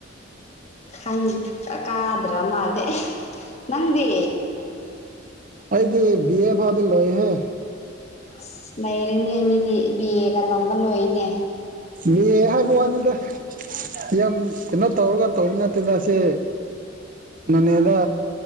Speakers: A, on the left; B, on the right.
A: ꯈꯪ ꯑꯥ ꯀꯥꯗ꯭ꯔꯥ ꯃꯥꯜꯂꯦ ꯑꯦꯍꯦ ꯅꯪꯗꯤ
B: ꯑꯣꯏꯗꯤ ꯕꯤ ꯑꯦ ꯐꯥꯎꯗꯤ ꯂꯣꯏꯌꯦꯍꯦ
A: ꯑꯁ ꯅꯩꯔꯦꯅꯦ ꯃꯤꯗꯤ ꯕꯤ ꯑꯦꯒ ꯇꯝꯕ ꯂꯣꯏꯅꯦ
B: ꯕꯤ ꯑꯦ ꯍꯥꯏꯕꯋꯥꯅꯤꯗ ꯌꯥꯝ ꯀꯩꯅꯣ ꯇꯧꯔꯒ ꯇꯧꯕ ꯅꯠꯇꯦꯗ ꯁꯦ ꯅꯣꯅꯦꯗ